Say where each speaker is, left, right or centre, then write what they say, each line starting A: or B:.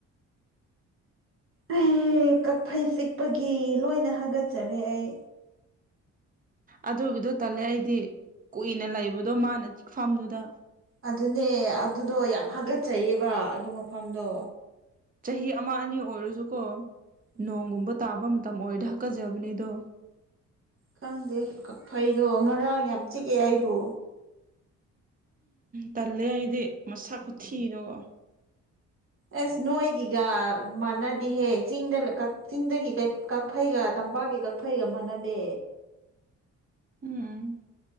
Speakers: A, on the right; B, on the right.
A: ꯑꯦ ꯀꯛꯐꯩ ꯆꯤꯛꯄꯒꯤ ꯂꯣꯏꯅ ꯍꯥꯒꯠꯆꯔꯦ ꯑꯩ꯫
B: ꯑꯗꯨꯒꯤꯗꯣ ꯇꯜꯂꯦ ꯑꯩꯗꯤ ꯀꯨꯏꯅ ꯂꯩꯕꯗꯣ ꯃꯥꯅ ꯆꯤꯛꯐꯥꯝꯗꯨꯗ
A: ꯑꯗꯨꯅꯦ ꯑꯗꯨꯗꯣ ꯌꯥꯝ ꯍꯥꯒꯠꯆꯩꯑꯦꯕ ꯑꯗꯨ ꯃꯐꯝꯗꯣ
B: ꯆꯍꯤ ꯑꯃ ꯑꯅꯤ ꯑꯣꯏꯔꯁꯨꯀꯣ
A: ꯎꯝ
B: ꯅꯣꯡꯒꯨꯝꯕ ꯇꯥꯕ ꯃꯇꯝ ꯑꯣꯏꯔꯗꯤ ꯍꯥꯛꯀꯖꯕꯅꯦꯗꯣ꯫
A: ꯈꯪꯗꯦ ꯀꯛꯐꯩꯗꯣ ꯉꯔꯥꯡ ꯌꯥꯝ ꯆꯤꯛꯑꯦ ꯑꯩꯕꯨ
B: ꯇꯜꯂꯦ ꯑꯩꯗꯤ ꯃꯁꯛ ꯈꯨꯊꯤꯗꯨꯒ
A: ꯑꯁ ꯅꯣꯏꯒꯤꯒ ꯃꯥꯟꯅꯗꯤꯍꯦ ꯆꯤꯡꯗ ꯀ ꯆꯤꯡꯗꯒꯤ ꯀꯩ꯫ ꯀꯛꯐꯩꯒ ꯇꯝꯄꯥꯛꯀꯤ ꯀꯛꯐꯩꯒ ꯃꯥꯟꯅꯗꯦ
B: ꯎꯝ